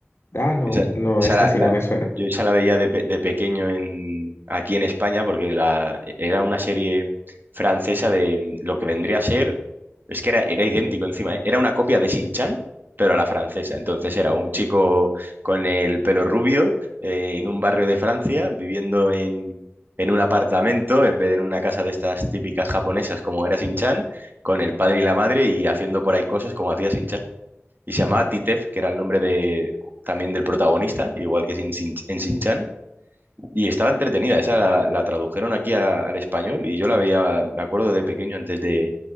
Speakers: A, on the left (about 65°); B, on the right (about 45°).
A: ah, no,
B: Esa-
A: no,
B: esa
A: es
B: la-
A: así,
B: la-
A: no me suena.
B: yo esa la veía de, pe- de pequeño en, aquí en España porque la, era una serie francesa de mm, lo que vendría a ser, es que era, era idéntico encima, ¿eh? Era una copia de Sin Chan, pero a la francesa. Entonces era un chico con el pelo rubio eh, en un barrio de Francia, viviendo en, en un apartamento en vez de en una casa de estas típicas japonesas como era Sin Chan, con el padre y la madre y haciendo por ahí cosas como hacía Sin y se llamaba Titef, que era el nombre de, también del protagonista, igual que en Shin- en Shin-Chan. Y estaba entretenida, esa la, la tradujeron aquí a- al español y yo la veía, me acuerdo de pequeño, antes de,